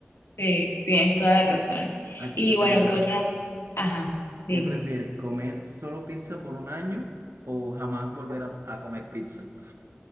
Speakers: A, on the left; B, on the right.
A: Sí, tienes toda la razón.
B: Aquí
A: Y
B: te tengo
A: bueno,
B: una.
A: ¿qué otra? Ajá, dime.
B: ¿Qué prefieres, comer solo pizza por un año o jamás volver a, a comer pizza?